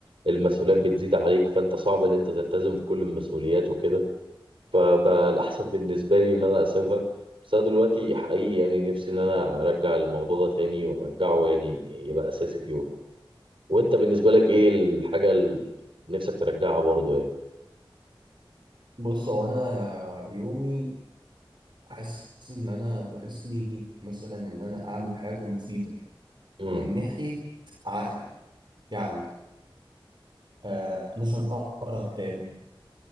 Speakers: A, on the right; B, on the right.
A: المسؤوليات بتزيد عليك فأنت صعب إن أنت تلتزم بكل المسؤوليات وكده فبقى الأحسن بالنسبة لي إن أنا أسيبها بس أنا دلوقتي حقيقي يعني نفسي إن أنا أرجع الموضوع ده تاني وأرجعه يعني يبقى أساسي في يومي وأنت بالنسبة لك إيه الحاجة اللي نفسك ترجعها برضه يعني؟
B: بص هو انا يومي حاسس ان انا ناقصني مثلا ان انا اعمل حاجه مفيده
A: امم
B: من ناحيه عقلي يعني آه مثلا اقرا كتاب